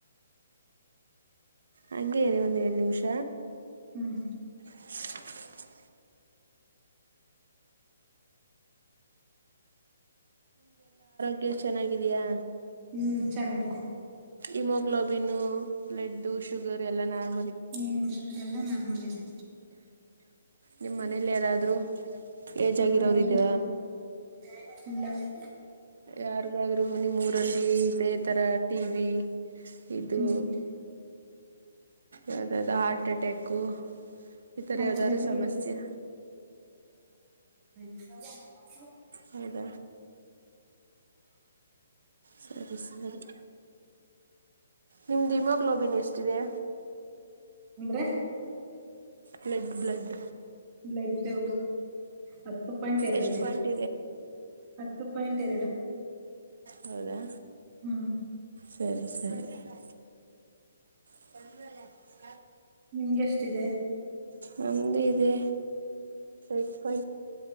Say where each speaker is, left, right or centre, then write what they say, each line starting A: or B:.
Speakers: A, on the right; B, on the right.
A: ಹಂಗೇ ರೀ ಒಂದ್ ಎರಡ್ ನಿಮಿಷ
B: ಹ್ಮ್
A: <unintelligible> ನೀ ಚೆನ್ನಾಗಿದೀಯಾ
B: ಹ್ಮ್ ಚೆನ್ನಾಗಿದೆ
A: ಇಮೋಗ್ಲೋಬಿನ್ ಬ್ಲಡ್ ಶುಗರ್ ಎಲ್ಲ ನಾರ
B: ಹ್ಮ್ ಇದೆಲ್ಲಾ ನಾರ್ಮಲ್ ಇದೆ
A: ನಿಮ ಮನೇಲಿ ಯಾರಾದ್ರೂ ಏಜ್
B: ನಮ್ಮದೆಲ್ಲ
A: ಆಗರ ಅವರು ಇಗ
B: <unintelligible>
A: ಯಾರಿಗಾದ್ರೂ ನಿಮ್ಮ ಊರಲ್ಲಿ ಇದೇ ತರ ಟಿ ವಿ <unintelligible> ಇದು
B: ಹ್ಮ್
A: ಯಾವ್ದಾದ ಹಾರ್ಟ್ ಅಟ್ಯಾಕು ಈತರ
B: ಆತರ
A: ಯಾವ್ದಾದ್ರು
B: ಎಲ್ಲ
A: ಸಮಸ್ಯೆ
B: ಏನು ಯ
A: ಹೌದ ಸರಿ ಸರಿ ನಿಮ್ದು ಇಮೋಗ್ಲೋಬಿನ್ ಎಷ್ಟಿದೆ.
B: ಅಂದ್ರೆ
A: ಬ್ಲಡ್ ಬ್ಲಡ್
B: ಬ್ಲಡ್ಡು ಹತ್ತು ಪಾಯಿಂಟ್ ಎರಡ್,
A: ಎಷ್ಟು
B: ಇದೆ
A: ಪಾಯಿಂಟ್
B: ಹತ್ತು ಪಾಯಿಂಟ್ ಎರಡು.
A: ಹೌದಾ
B: ಹ್ಮ್
A: ಸರಿ ಸರಿ <unintelligible> <unintelligible>
B: ನಿಮ್ಗೆ ಎಷ್ಟಿದೆ
A: ನಂದ ಇದೆ ಇಕ್ಕ <inaudible>